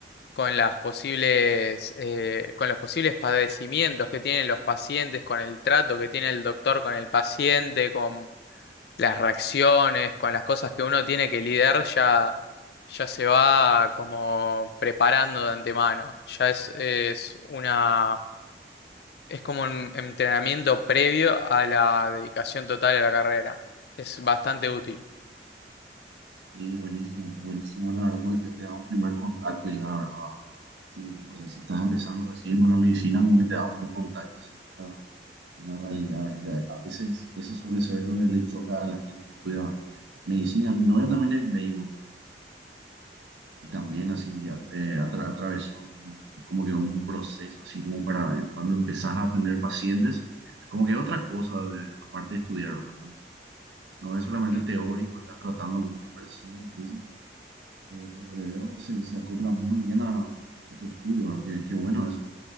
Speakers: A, on the left; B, on the right.
A: con las posibles, eh, con los posibles padecimientos que tienen los pacientes, con el trato que tiene el doctor con el paciente, con las reacciones, con las cosas que uno tiene que lidiar ya ya se va como preparando de antemano, ya es, es una, es como un entrenamiento previo a la dedicación total a la carrera. Es bastante útil.
B: Sí, buenísimo, buenísimo, la verdad, porque te, te da un primer contacto ya, ¿verdad? Sí, pues si estás empezando recién con la medicina, como que te da un primer contacto así con la, con la realidad, ¿verdad? Que a a veces eso suele ser lo que le choca a la gente que estudia medicina. Mi novia también es médico Y también así ya, eh, atra- atravesó un- como que un proceso así como para cuando empezás a atender pacientes, como que otra cosa de- aparte de estudiar, ¿verdad? No es solamente
A: Ujú.
B: teórico, estás tratando con una persona, entonces eh, por lo que veo se, se acopla muy bien a, a tu estudio, ¿verdad? Qué, qué bueno eso,